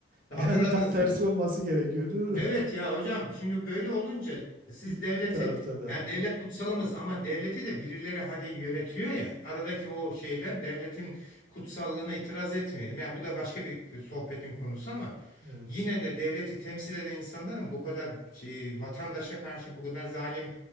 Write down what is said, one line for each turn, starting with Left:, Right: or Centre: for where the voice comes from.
Left: Hatırladınız
Right: Yani tam tersi
Left: değil mi?
Right: olması gerekiyordu
Left: Evet ya hocam şimdi böyle olunca
Right: <laughs>
Left: siz
Right: İ- iki
Left: devleti
Right: tarafta da.
Left: yani devlet kutsalımız ama devleti de birileri hani yönetiyor ya aradaki o şeyler devletin kutsallığına itiraz etmeyelim. Yani bu da başka bir sohbetin konusu ama
Right: Evet.
Left: yine de devleti temsil eden insanların bu kadar şey, vatandaşa karşı bu kadar zalim